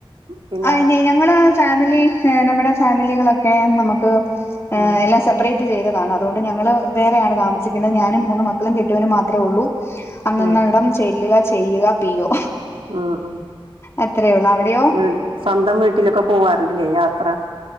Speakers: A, on the right (about 70°); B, on the left (about 30°).
A: പിന്നെ
B: അയിന് ഞങ്ങള് ഫാമിലി നമ്മുടെ ഫാമിലികളൊക്കെ നമുക്ക് ഏഹ്
A: ഉം
B: എല്ലാ സെപ്പറേ റ്റ് ചെയ്തതാണ് അതുകൊണ്ട് ഞങ്ങള് വേറെയാണ് താമസിക്കുന്നത്. ഞാനും മൂന്ന് മക്കളും കെട്ടിയവനും മാത്രേ ഉള്ളൂ അന്നന്നടം
A: ഉം
B: ചെല്ലുക ചെയ്യുക പി ഒ
A: ഉം ഉം
B: അത്രേയുള്ളൂ. അവിടെയോ?
A: വീ സ്വന്തം വീട്ടിലൊക്കെ പോവാറില്ലേ? യാത്ര?